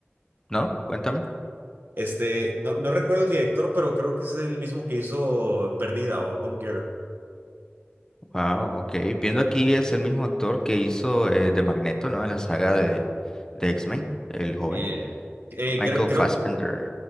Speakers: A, on the left (about 15°); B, on the right (about 55°).
A: ¿No? Cuéntame.
B: Este, no, no recuerdo el director, pero creo que es el mismo que hizo Perdida o Gone Girl.
A: Wow, ok. Viendo aquí es el mismo actor que hizo eh, de Magneto, ¿no? En la saga de, de X-Men, el joven.
B: Eh, eh,
A: Michael
B: cre- creo,
A: Fassbender.